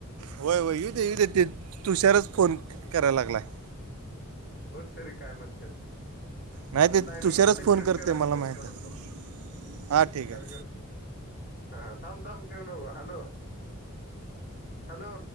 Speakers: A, on the right; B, on the left.
A: होय होय येऊ दे ते तुषारचं फोन कराय लागला आहे.
B: बघ तरी काय म्हणत्यात?
A: नाही
B: आता
A: ते
B: टायमिंग
A: तुषारच
B: झाले
A: फोन
B: कट
A: करते
B: कर आणि
A: मला
B: फोन
A: माहित
B: करून
A: आहे.
B: बघ,
A: हा ठीक
B: तुशार
A: आहे
B: करतय हा थांब थांब ठेऊ नऊ हॅलो हॅलो.